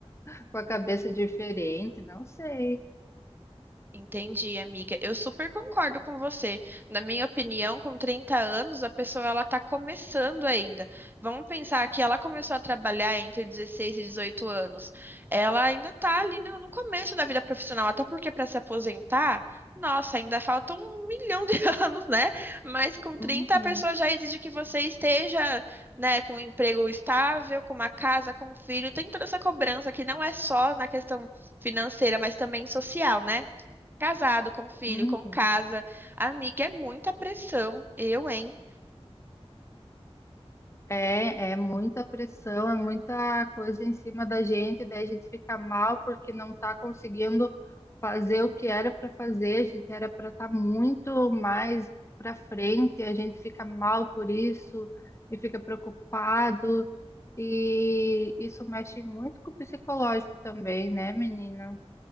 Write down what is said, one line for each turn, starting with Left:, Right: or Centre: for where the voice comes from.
Left: <laughs> com a cabeça diferente, não sei.
Right: Entendi, amiga. Eu super concordo com você. Na minha opinião, com 30 anos, a pessoa ela está começando ainda. Vamos pensar que ela começou a trabalhar entre 16 e 18 anos. Ela ainda está ali no, no começo da vida profissional, até porque para se aposentar, nossa, ainda falta um milhão de <laughs> anos, né? Mas com 30,
Left: Uhum,
Right: a pessoa já exige que você esteja, né, com um emprego estável, com uma casa, com um filho. Tem toda essa cobrança que não é só na questão financeira, mas também social, né? Casado, com filho,
Left: uhum.
Right: com casa. Amiga, é muita pressão. Eu, hein?
Left: É, é muita pressão, é muita coisa em cima da gente, daí a gente fica mal porque não está conseguindo fazer o que era para fazer, a gente era para estar muito mais para frente, a gente fica mal por isso e fica preocupado, e isso mexe muito com o psicológico também, né, menina?